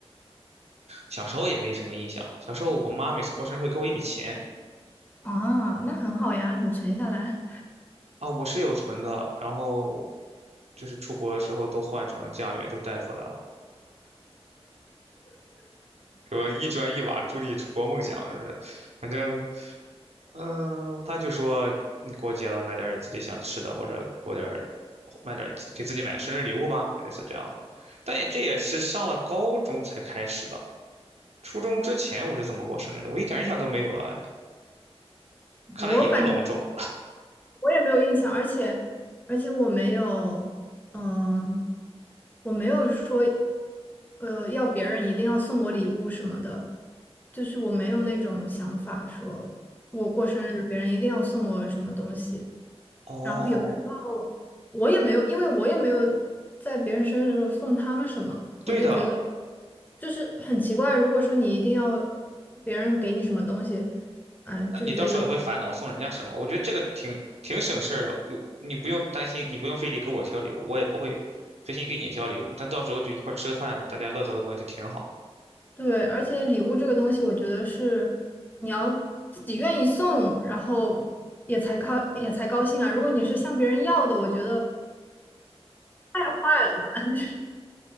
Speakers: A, on the right; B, on the left.
A: 小时候也没什么印象。小时候我妈每次过生日会给我一笔钱
B: 啊，那很好呀，你存下来。
A: 啊，我是有存的，然后就是出国的时候都换成家元都带出来了，说一砖一瓦助力出国梦想，是不是？反正。嗯，他就说你过节了，买点儿自己想吃的，或者过点儿买点儿自给自己买个生日礼物吧，类似这样的。但也这也是上了高中才开始的，初中之前我是怎么过生日的，我一点印象都没有了，哎，看来也不隆重。
B: 我反正我也没有印象，而且而且我没有，嗯、我没有说，呃，要别人一定要送我礼物什么的，就是我没有那种想法说我过生日别人一定要送我什么东西。
A: 哦，
B: 然后有时候我也没有，因为我也没有在别人生日的时候送他们什么，我就觉得
A: 对的，
B: 就是很奇怪。如果说你一定要别人给你什么东西，哎、
A: 那你到时候也会烦恼送人家什么？
B: 就觉得有。点。
A: 我觉得这个挺挺省事儿的，你你不用担心，你不用非得给我挑礼物，我也不会费心给你挑礼物，但到时候就一块儿吃个饭，大家乐呵乐呵就挺好。
B: 对，而且礼物这个东西，我觉得是你要自己愿意送，然后也才高也才高兴啊。如果你是向别人要的，我觉得太坏了吧，<laughs> 就是